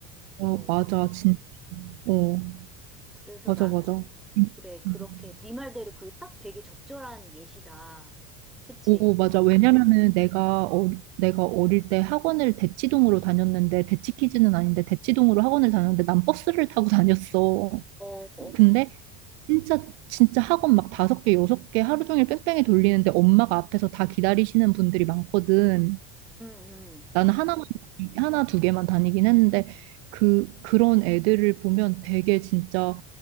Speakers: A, in the centre; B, on the right (about 80°).
A: 어,
B: 어, 맞아, 진, 어,
A: 그래서
B: 맞아,
A: 나는
B: 맞아. 응,
A: 그래 그렇게
B: 응.
A: 네 말대로 그게 딱 되게 적절한 예시다. 그치?
B: 오, 맞아. 왜냐면은 내가 어, 내가 어릴 때 학원을 대치동으로 다녔는데 대치키즈는 아닌데 대치동으로 학원을 다녔는데 난 버스를
A: 어,
B: 타고 다녔어.
A: 어, 어,
B: 근데 진짜 진짜 학원 막 다섯 개, 여섯 개 하루 종일 뺑뺑이 돌리는데 엄마가 앞에서 다 기다리시는 분들이 많거든.
A: 음, 음,
B: 나는 하나만 다니- 하나 두 개만 다니긴 했는데 그 그런 애들을 보면 되게 진짜